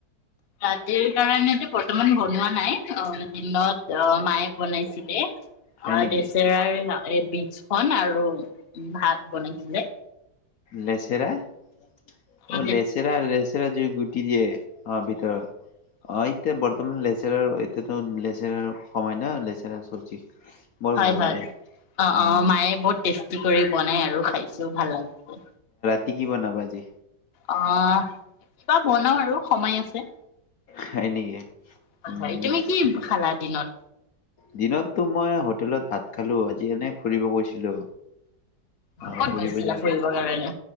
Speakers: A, on the left; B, on the left.
A: ৰাতি কাৰণেতো বৰ্তমান বনোৱা নাই অ', দিনত অ', মায়ে বনাইছিলে। অ',
B: হয় নেকি
A: লেচেৰাৰ শাক এই ডিজখন আৰু ভাত, বনাইছিলে।
B: লেচেৰা অ',
A: অ
B: লেচেৰা লেচেৰা যি গুটি দিয়ে অ', ভিতৰত অ', এতিয়া বৰ্তমান লেচেৰা লেচেৰাৰ এতিয়াতো লেচেৰাৰ সময় ন লেচেৰা চব্জি। বৰ
A: হয়
B: ভাল
A: হয়
B: লাগে
A: অ
B: উম
A: অ মায়ে বহুত টেষ্টি কৰি বনাই আৰু খাইছো চব ভাল লাগে
B: তি কি বনাবা আজি
A: অ কিবা বনাও আৰু সময় আছে
B: হয় নেকি
A: হয়
B: উম
A: হয় তুমি কি খালা দিনত
B: দিনততো মই হোটেলত ভাত খালো আজি এনেই ফুৰিব গৈছিলো অহ
A: ক'ত
B: ফুৰিব
A: গৈছিলা
B: যাও
A: ফুৰিবৰ কাৰণে